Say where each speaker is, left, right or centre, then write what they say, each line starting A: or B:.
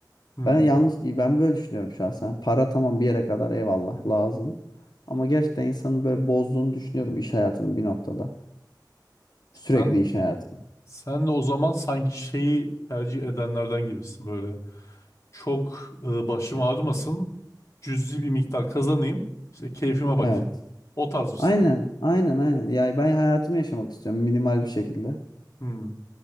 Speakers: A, on the left; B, on the left.
A: hmm.
B: Ben yanlış ben böyle düşünüyorum şahsen. Para tamam bir yere kadar eyvallah lazım. Ama gerçekten insanın böyle bozduğunu düşünüyorum iş hayatının bir noktada.
A: Sen,
B: Sürekli iş hayatını.
A: sen de o zaman sanki şeyi tercih edenlerden gibisin böyle. Çok e, başım ağrımasın. Cüzi bir miktar kazanayım. İşte keyfime bakayım.
B: Evet.
A: O tarz mısın?
B: Aynen, aynen, aynen. Ya ben hayatımı yaşamak istiyorum minimal bir şekilde.
A: Hmm,